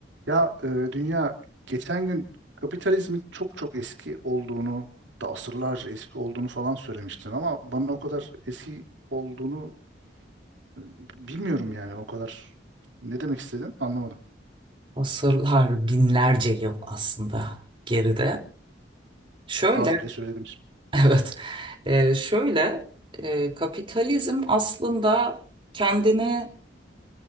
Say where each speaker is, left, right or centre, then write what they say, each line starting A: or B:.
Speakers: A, on the right (about 80°); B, on the right (about 30°).
A: Ya e, dünya geçen gün kapitalizmin çok çok eski olduğunu hatta asırlarca eski olduğunu falan söylemiştin ama bana o kadar eski olduğunu e, bilmiyorum yani o kadar ne demek istedin anlamadım.
B: Asırlar, binlerce yıl aslında geride. Şöyle,
A: Az bile söyledim şimdi.
B: <laughs> evet, e, şöyle e, kapitalizm aslında kendine